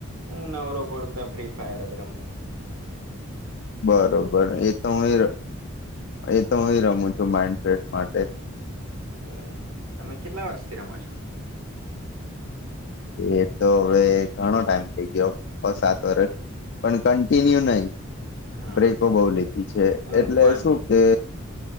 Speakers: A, on the right (about 80°); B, on the left (about 55°).
A: હમ નરો બડતા ફ્રી ફાયર અ રમ
B: બરોબર એતો હુંય એ તો હુંય રમું છું માઈન્ડ ફેશ માટે
A: બરાબર તમે કેટલા વર્ષથી રમો છો
B: એ તો હવે ઘણો ટાઈમ થઇ ગયો બ સાત વરષ પણ કન્ટિન્યુ નહી
A: હા
B: બ્રેકો બઉ લીધી છે
A: હું
B: એટલે
A: પણ
B: શું કે